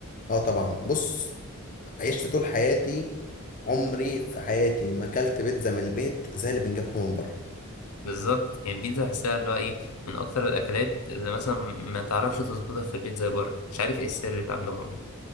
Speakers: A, on the left; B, on the left.
A: اه طبعا بص عشت طول حياتي عمري في حياتي ما اكلت بيتزا من البيت زي اللي بنجيبها من بره
B: بالظبط يعني البيتزا بحسها اللي هو ايه من اكتر الاكلات اللي مثلا ما تعرفش تظبطها في البيت زي بره مش عارف ايه السر في عندهم يعني